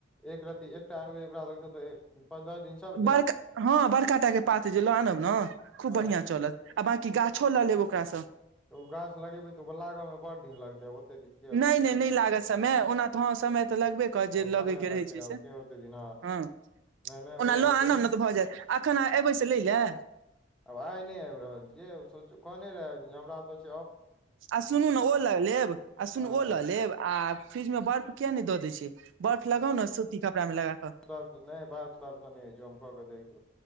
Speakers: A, in the centre; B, on the right.
A: एक रति एकटा अनबै ओकरा तऽ पाँच दस दिन चलतै
B: बड़का हँ बरकातगेत पात जे ल आनब ने खूब
A: हँ
B: बढ़िआँ चलत आ बकी गाछो लऽ लेब ओकरासँ
A: तऽ ओ गाछ लगेबै तऽ ओ लागऽमे बड् दिन लगतै ओतेक दिन के
B: नहि
A: अथी
B: नहि
A: करय
B: लागत समय नहि ओना तऽ हँ समय तऽ लगबे कर जे
A: ओ
B: लगैके
A: समय
B: रहै
A: लगतै
B: छै
A: आब
B: से
A: के ओते दिन
B: हँ
A: नहि नहि
B: ओना
A: उह
B: लऽ
A: अ छै
B: आनब ने तऽ भऽ जायत अखन अ एबै से लै लए
A: आब आइ नहि आबि रहल जे सोच कने रह हमरा ओ
B: आ सुनू ने ओ लऽ लेब आ सुनू
A: हँ
B: ओ लऽ लेब आ फ्रिज मे बर्फ किया नहि दऽ दय छै बर्फ लगाउ ने सूती कपड़ा मे लगाकऽ
A: ब के देख